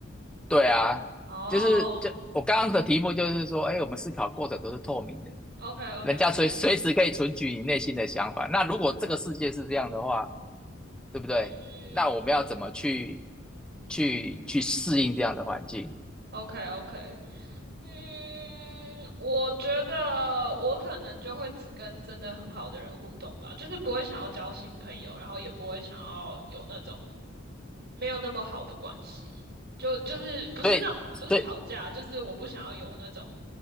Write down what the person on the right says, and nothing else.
哦
，OK
OK OK，
嗯
，OK OK，嗯，我觉得我可能就会只跟真的很好的人互动吧，就是不会想要交新朋友，然后也不会想要有那种没有那么好的关系，就就是不是那种不是吵架，
就是我不想要有那种